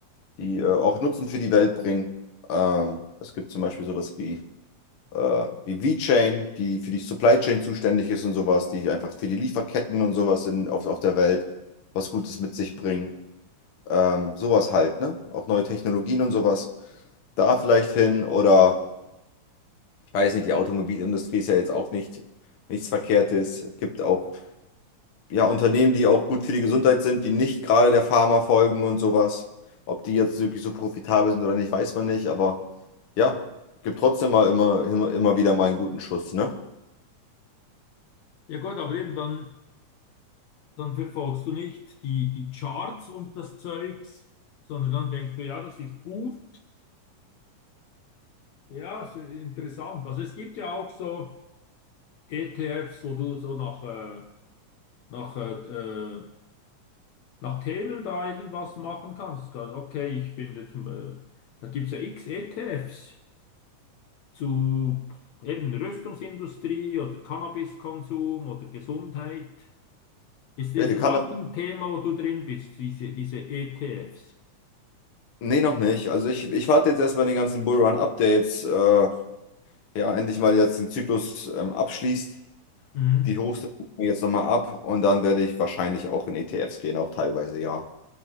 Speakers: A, on the left; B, on the left.
A: die äh, auch Nutzen für die Welt bringen. Ähm, es gibt zum Beispiel sowas wie, äh, wie V-Chain, die für die Supply Chain zuständig ist und sowas, die einfach für die Lieferketten und sowas in, auf, auf der Welt was Gutes mit sich bringen. Ähm, sowas halt, ne? Auch neue Technologien und sowas. Da vielleicht hin oder ich weiß nicht, die Automobilindustrie ist ja jetzt auch nicht nichts Verkehrtes. Es gibt auch ja, Unternehmen, die auch gut für die Gesundheit sind, die nicht gerade der Pharma folgen und sowas. Ob die jetzt wirklich so profitabel sind oder nicht, weiß man nicht, aber ja, gibt trotzdem mal immer, immer, immer wieder mal einen guten Schuss, ne?
B: Ja gut, aber eben dann, dann verfolgst du nicht die, die Charts und das Zeugs, sondern dann denkst du, ja, das ist gut, ja, es ist interessant. Also es gibt ja auch so. ETFs, wo du so nach, äh, nach, äh, äh, nach Themen da irgendwas machen kannst. Kann- Okay, ich finde, zum, äh, da gibt es ja x ETFs zu eben Rüstungsindustrie oder Cannabiskonsum oder Gesundheit. Ist dieses
A: Ja, die kann
B: auch ein Thema, wo du drin bist, diese, diese ETFs?
A: Nee, noch nicht. Also ich, ich warte jetzt erstmal den ganzen Bullrun ab, der jetzt äh, ja endlich mal jetzt den Zyklus ähm, abschließt.
B: Mhm,
A: Die Hochste gucke ich mir jetzt nochmal ab und dann werde ich wahrscheinlich auch in ETFs gehen, auch teilweise, ja.